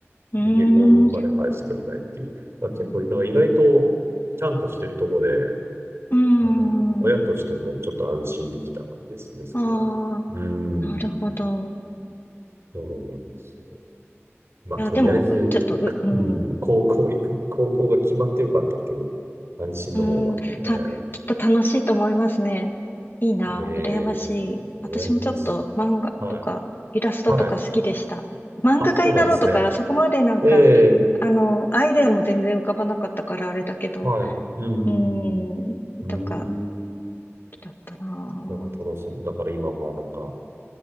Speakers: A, on the left; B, on the right.
A: ーん、
B: で、下校まで返してくれないっていう。
A: う
B: まあ、結構、なんか意外と、ちゃんとしてるとこで、
A: ーん。
B: あの、親としてもちょっと安心できたですね、それは。
A: ああ、
B: うーん、
A: なるほど。い
B: そうなんですよ。まあ、
A: や、
B: とりあえず、
A: でも、うちょっと、
B: 行く、
A: う、うん、
B: うん、
A: う
B: 高校行く、高校が決まってよかったっていう、安心の方が。
A: ーん、た、
B: ええ
A: きっと楽しいと思いますね。いいな、
B: ね
A: 羨ましい。
B: え、と、羨ましい。
A: 私もちょっと漫画とか、
B: はい。
A: イラストとか好きでした。
B: はい。
A: 漫画家になろうとか、
B: あ、そうなんですね。
A: そこまでなんか、
B: ええ、
A: あの、アイデアも全然浮かばなかったからあれだけど、
B: はい。うん、うん、
A: うーん、
B: うん。
A: とか、好
B: うーん。
A: きだったな。
B: なんか楽しい。だから今もなんか、